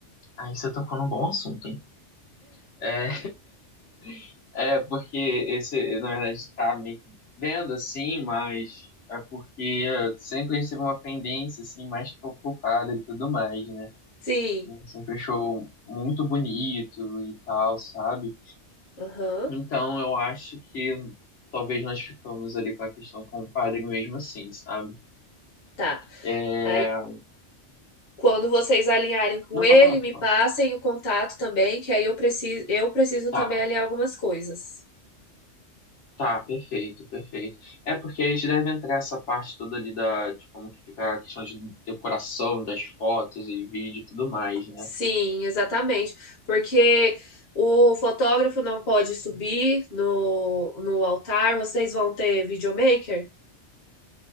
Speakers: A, on the left; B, on the left.
A: aí você tocou num bom assunto, hein? É, <laughs> é porque esse, na verdade, tá meio que vendo assim, mas é porque sempre a gente teve uma pendência assim mais preocupada e tudo mais, né?
B: Sim.
A: Ele sempre achou muito bonito e tal, sabe?
B: Aham.
A: Então eu acho que talvez nós ficamos ali com a questão com o padre mesmo assim, sabe?
B: Tá.
A: É...
B: Aí quando vocês alinharem com
A: Não,
B: ele,
A: pode falar, pode
B: me
A: falar.
B: passem o contato também, que aí eu preciso, eu preciso
A: Tá,
B: também alinhar algumas coisas.
A: tá, perfeito, perfeito. É porque a gente deve entrar essa parte toda ali da, de como que fica a questão de decoração, das fotos e vídeo e tudo mais, né?
B: Sim, exatamente. Porque o fotógrafo não pode subir no, no altar, vocês vão ter videomaker?